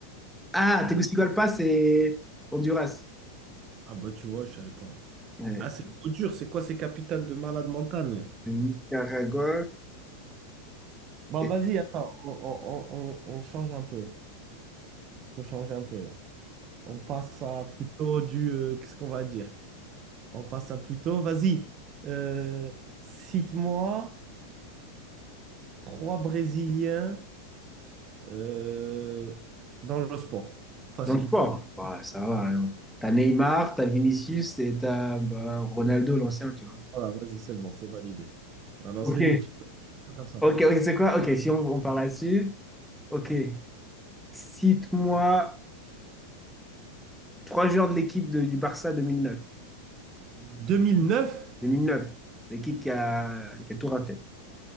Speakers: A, in the centre; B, on the right.
A: Ah, Tegucigalpa, c'est Honduras.
B: Ah bah tu vois, je savais pas.
A: Ouais.
B: Ah c'est trop dur, c'est quoi ces capitales de malade mental là?
A: Nicaragua.
B: Bon,
A: Et...
B: vas-y, attends, on, on- on- on- on change un peu. Faut changer un peu là. On passe à plutôt du. euh, qu'est-ce qu'on va dire? On passe à plutôt. Vas-y, euh, cite-moi trois Brésiliens euh, dans le sport. Facile
A: Dans le sport,
B: pour l'instant.
A: bah, ça va. alors. T'as Neymar, t'as Vinicius et t'as bah, Ronaldo, l'ancien, tu vois.
B: Voilà, vas-y, c'est bon, c'est validé. Voilà,
A: Ok.
B: on se fait des petites questions comme ça.
A: Ok, ok, c'est quoi? Ok, si on, on parle là-dessus. Ok. Cite-moi trois joueurs de l'équipe de- du Barça 2009.
B: 2009?
A: deux mille neuf l'équipe qui a, qui a tout raflé.